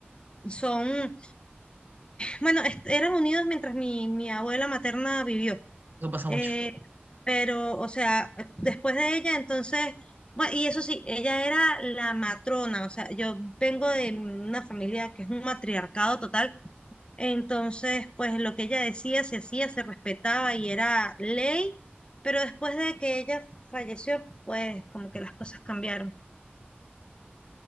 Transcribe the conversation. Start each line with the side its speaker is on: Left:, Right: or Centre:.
Left: son Bueno, est- eran unidos mientras mi, mi abuela materna vivió.
Right: Eso pasa
Left: Eh,
Right: mucho.
Left: pero, o sea, después de ella, entonces, bueno, y eso sí, ella era la matrona, o sea, yo vengo de una familia que es un matriarcado total, entonces, pues lo que ella decía se hacía, se respetaba y era ley, pero después de que ella falleció, pues como que las cosas cambiaron